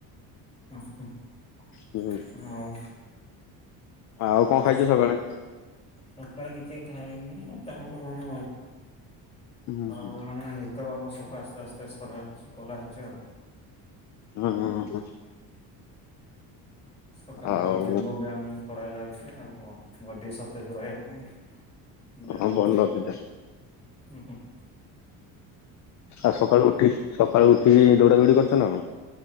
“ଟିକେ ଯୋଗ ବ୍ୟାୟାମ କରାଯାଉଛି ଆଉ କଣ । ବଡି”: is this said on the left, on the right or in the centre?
Left